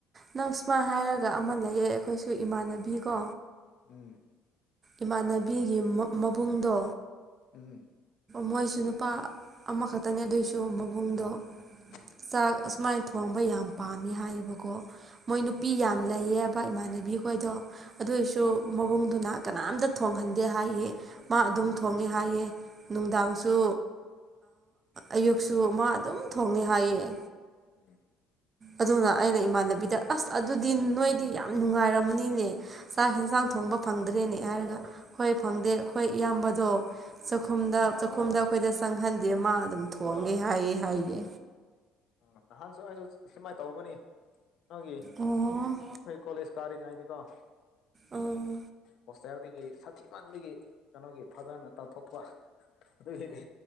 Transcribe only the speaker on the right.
ꯅꯪ ꯁꯨꯃꯥꯏꯅ ꯍꯥꯏꯔꯒ ꯑꯃ ꯂꯩꯌꯦ ꯑꯩꯈꯣꯏꯁꯨ ꯏꯃꯥꯟꯅꯕꯤꯀꯣ
ꯏꯃꯥꯟꯅꯕꯤꯒꯤ ꯃꯕꯨꯡꯗꯣ
ꯃꯣꯏꯁꯨ ꯅꯨꯄꯥ ꯑꯃꯈꯛꯇꯅꯤ ꯑꯗꯨꯏꯁꯨ ꯃꯕꯨꯡꯗꯣ
ꯆꯥꯛ ꯁꯨꯃꯥꯏꯅ ꯫ ꯊꯣꯡꯕ ꯌꯥꯝ ꯄꯥꯝꯃꯤ ꯍꯥꯏꯌꯦꯕꯀꯣ ꯃꯣꯏ ꯅꯨꯄꯤ ꯌꯥꯝ ꯂꯩꯌꯦꯕ ꯏꯃꯥꯟꯅꯕꯤ ꯈꯣꯏꯗꯣ
ꯑꯗꯨꯏꯁꯨ
ꯃꯕꯨꯡꯗꯨꯅ ꯀꯅꯥꯝꯇ ꯊꯣꯡꯍꯟꯗꯦ ꯍꯥꯏꯌꯦ ꯃꯥ ꯑꯗꯨꯝ ꯊꯣꯡꯉꯦ ꯍꯥꯏꯌꯦ꯫ ꯅꯨꯡꯗꯥꯡꯁꯨ ꯑꯌꯨꯛꯁꯨ ꯃꯥ ꯑꯗꯨꯝ ꯊꯣꯡꯉꯦ ꯍꯥꯏꯌꯦ
ꯑꯗꯨꯅ ꯑꯩꯅ ꯏꯃꯥꯟꯅꯕꯤꯗ ꯑꯁ ꯑꯗꯨꯗꯤ ꯅꯣꯏꯗꯤ ꯌꯥꯝ ꯅꯨꯡꯉꯥꯏꯔꯝꯅꯤꯅꯦ ꯫ ꯆꯥꯛ ꯌꯦꯟꯁꯥꯡ ꯊꯣꯡꯕ ꯐꯪꯗ꯭ꯔꯦꯅꯦ ꯍꯥꯏꯔꯒ ꯍꯣꯏ ꯐꯪꯗꯦ ꯑꯩꯈꯣꯏ ꯏꯌꯥꯝꯕꯗꯣ ꯆꯥꯛꯈꯨꯝꯗ
ꯆꯥꯛꯈꯨꯝꯗ ꯑꯩꯈꯣꯏꯗ ꯆꯪꯍꯟꯗꯦ ꯃꯥ ꯑꯗꯨꯝ ꯊꯣꯡꯒꯦ ꯍꯥꯏꯌꯦ ꯍꯥꯏꯌꯦ
ꯑꯣ
ꯑꯥ